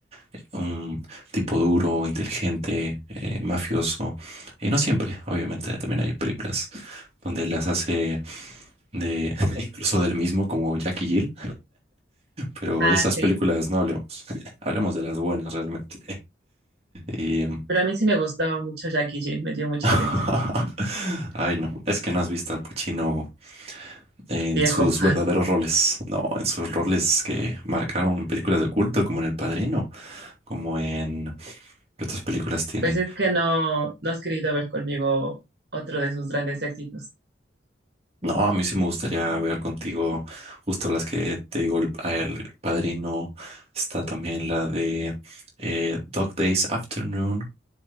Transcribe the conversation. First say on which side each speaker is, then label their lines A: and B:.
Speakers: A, on the right; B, on the right.
A: eh, un tipo duro, inteligente, eh, mafioso. Y no siempre, obviamente, también hay películas donde las hace de <laughs> incluso del mismo como Jackie Gill, pero
B: Ah,
A: de esas
B: sí,
A: películas no hablemos. <laughs> Hablemos de las buenas realmente. Y em,
B: pero a mí sí me gustaba mucho Jackie G, me dio mucha
A: <laughs>
B: risa,
A: ay, no, es que no has visto al Pacino en
B: viejo.
A: sus verdaderos roles. No, en sus roles que marcaron películas de culto, como en El Padrino, como en ¿qué otras películas tiene?
B: Pues es que no, no has querido ver conmigo otro de sus grandes éxitos.
A: No, a mí sí me gustaría ver contigo justo las que te digo, el, el Padrino, está también la de eh, Dog Days Afternoon,